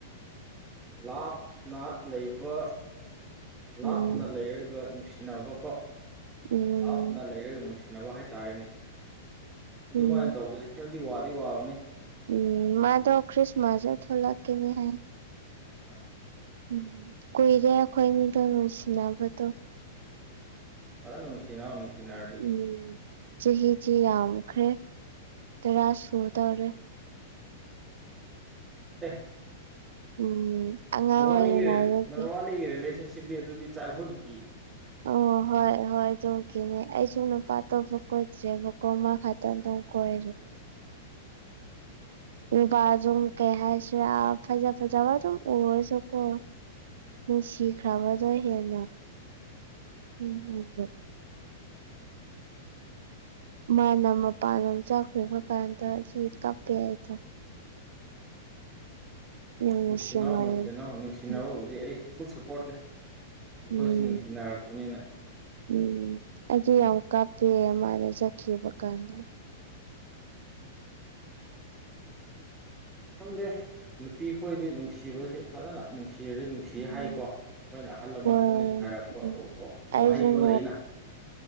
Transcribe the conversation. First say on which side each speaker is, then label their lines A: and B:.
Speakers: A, on the right; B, on the right.
A: ꯂꯥꯞꯅ ꯂꯩꯕ ꯂꯥꯞꯅ
B: ꯎꯝ
A: ꯂꯩꯔꯒ ꯅꯨꯡꯁꯤꯅꯕ
B: ꯎꯝ
A: ꯂꯥꯞꯅ ꯂꯩꯔꯒ ꯅꯨꯡꯁꯤꯅꯕ ꯍꯥꯏꯇꯥꯔꯦꯅꯦ ꯑꯗꯨꯃꯥꯏꯅ
B: ꯎꯝ
A: ꯇꯧꯕꯁꯦ ꯈꯔꯗꯤ ꯋꯥꯗꯤ ꯋꯥꯕꯅꯤ
B: ꯎꯝ ꯃꯥꯗꯣ ꯆ꯭ꯔꯤꯁꯃꯥꯁꯇ ꯊꯣꯛꯂꯛꯀꯅꯤ ꯍꯥꯏ
A: ꯍꯣꯏ
B: ꯎꯝ ꯀꯨꯏꯔꯦ ꯑꯩꯈꯣꯏꯅꯤꯗꯣ ꯅꯨꯡꯁꯤꯅꯕꯗꯣ
A: ꯐ ꯅꯨꯡꯁꯤꯅꯣ ꯅꯨꯡꯁꯤꯅꯔꯗꯤ
B: ꯎꯝ ꯆꯍꯤꯁꯤ ꯌꯥꯝꯈ꯭ꯔꯦ ꯇꯔꯥ ꯁꯨ ꯇꯧꯔꯦ
A: ꯑꯦ
B: ꯎꯝ ꯑꯉꯥꯡ
A: ꯅꯨꯕꯥꯅꯤꯒꯤ
B: ꯑꯣꯏꯔꯤꯉꯩꯗꯒꯤ
A: ꯅꯨꯕꯥꯅꯤꯒꯤ ꯔꯤꯂꯦꯁꯟꯁꯤꯞꯇꯤ ꯑꯗꯨꯗꯤ ꯆꯠꯍꯧꯒꯤ
B: ꯑꯣ ꯍꯣꯏ ꯍꯣꯏ ꯇꯨꯀꯤꯅꯦ
A: ꯎꯝ
B: ꯑꯩꯁꯨꯨꯝ ꯅꯨꯄꯥ ꯑꯇꯣꯞꯄꯥ ꯀꯣꯏꯗꯦꯕꯥꯀꯣ ꯃꯥ ꯈꯛꯇꯥ
A: ꯎꯝ
B: ꯑꯗꯨꯝ ꯀꯣꯏꯔꯁꯨ
A: ꯑꯆꯥ ꯑꯆꯥ
B: ꯅꯨꯄꯁꯨ ꯀꯩ ꯍꯥꯏꯁꯤꯔ ꯐꯖꯥ-ꯐꯖꯥ ꯑꯗꯨꯝ ꯎꯔꯁꯨ ꯀꯣ
A: ꯎꯝ
B: ꯅꯨꯡꯁꯤꯈ꯭ꯔꯕꯗꯣ ꯍꯦꯟꯅ <inaudible> ꯃꯥꯅ ꯃꯄꯥꯟ ꯂꯝ ꯑꯃ ꯆꯈ꯭ꯔꯕ ꯀꯥꯟꯗ ꯁꯨꯏꯠ ꯀꯥꯞꯄꯦ ꯍꯥꯏꯗ ꯌꯥꯝ
A: ꯅꯨꯡꯁꯤꯅꯧ
B: ꯅꯨꯡꯁꯤꯃꯜ
A: ꯅꯨꯡꯁꯤꯅꯧ ꯅꯨꯡꯁꯤꯅꯕꯕꯨꯗꯤ
B: ꯎꯝ
A: ꯑꯩꯁꯨ ꯐꯨꯜ ꯁꯞꯄꯣꯔꯠꯅꯤ ꯑꯩꯈꯣꯏꯁꯨ
B: ꯎꯝ
A: ꯅꯨꯡꯁꯤꯅꯔꯛꯄꯅꯤꯅ
B: ꯎꯝ ꯑꯩꯗꯤ ꯌꯥꯝ ꯀꯞꯄꯦ ꯃꯥꯅ ꯆꯕ ꯀꯥꯟꯗ
A: ꯈꯪꯗꯦ ꯅꯨꯄꯤ ꯈꯣꯏꯗꯤ ꯅꯨꯡꯁꯤꯕꯁꯤ ꯐꯖꯅ ꯅꯨꯡꯁꯤꯔꯨꯔꯥꯅꯤ ꯁꯤ
B: ꯎꯝ
A: ꯍꯥꯏꯀꯣ ꯑꯩꯈꯣꯏꯅ ꯑꯍꯜ ꯂꯃꯟ
B: ꯍꯣꯏ
A: ꯈꯈꯅꯁꯨ ꯍꯥꯏꯔꯛꯄ
B: ꯎꯝ ꯑꯩꯁꯨꯅꯦ
A: ꯋꯥꯍꯩ ꯑꯃ ꯂꯩꯅ